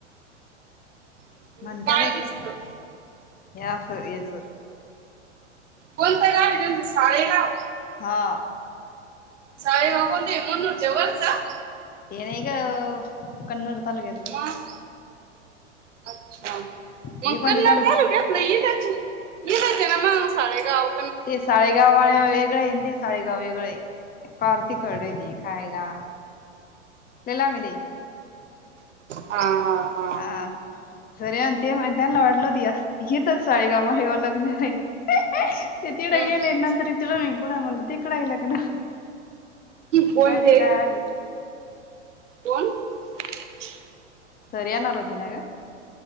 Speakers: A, on the right; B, on the left.
A: म्हणजे
B: म्हणत्यात
A: काय
B: असं
A: दिसतं?
B: हे असं याच
A: कोणत गाव आहे त्यांचं साळेगाव,.
B: हा
A: साळेगाव कोणतं हे मुनूरच्या वरचं
B: ते नाही ग कन्नड तालुक्यात
A: मग अच्छा
B: हे
A: या
B: कोणत्या
A: कन्नड
B: तालुक्यात
A: तालुक्यातलं इथच इथच हे ना मग साळेगाव
B: ते साळेगाववा वेगळा ये साळेगाव गाव वेगळ आहे पारती खडय दे काय का लिला मी दे
A: हा हा हा
B: अ जर ते मैदानाला वाटलं होत हीच साडीगामारी ओ लग्न हाय तेे तिकड
A: हम्म
B: गेलेनंतर येतेर मी कुट म्हणलं तिकड हाय लग्न
A: कोण
B: कायच
A: ते
B: काय आले
A: कोण <inaudible>
B: सर येणार होते ना ग